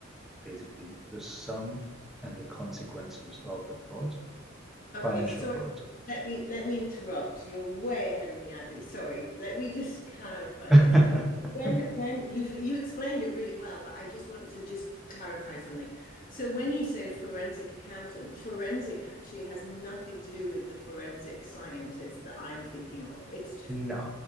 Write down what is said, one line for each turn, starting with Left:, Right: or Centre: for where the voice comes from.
Centre: basically the sum and the consequences of the fraud,
Left: Okay,
Centre: financial
Left: sorry,
Centre: fraud.
Left: let me let me interrupt. You're way ahead of me, Avi. Sorry. Let me just <laughs> clarify
Centre: <laughs>
Left: this. When when you you explained it really well, but I just want to just clarify something. So when you say forensic accountant, forensic actually has nothing to do with the forensic scientist that I'm thinking of. It's just
Centre: no,